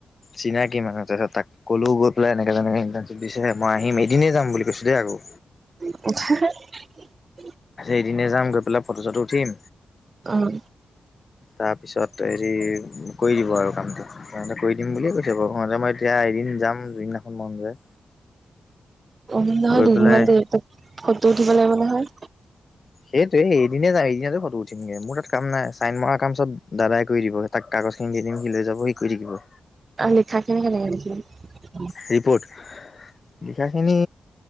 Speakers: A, on the left (about 40°); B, on the right (about 35°).
A: চিনাকি মানুহ তাৰপিছত তাক কলেও গৈ পেলাই এনেকে যেনেকে ইণ্টাৰ্শ্বিপ দিছে মই আহিম এদিনে যাম বুলি কৈছো দেই আকৌ
B: <unintelligible>
A: এদিনে যাম গৈ পেলাই ফটো চটো উঠিম
B: অ',
A: তাৰ পিছত হেৰি কৰি দিব আৰু কামটো সিহতে কৰি দিম বুলিয়ে কৈছে বাৰু ইহতে মই এতিয়া এদিন যাম যিদিনাখন মন যায়
B: উম নহয়
A: গৈ
B: দুদিনমান
A: পেলাই
B: দেৰিকে ফটো উঠিব লাগিব নহয়
A: সেইটো এদিনে যাম এদিনতে ফটো উঠিমগে মোৰ তাত কাম নাই চাইন মৰাৰ কাম চত দাদাই কৰি দিব তাক কাগজ খিনি দি দিম সি লৈ যাব সি কৰি থাকিব
B: অ, লিখা কেনেকে লাগি <unintelligible>
A: ৰিপৰ্ট লিখাখিনি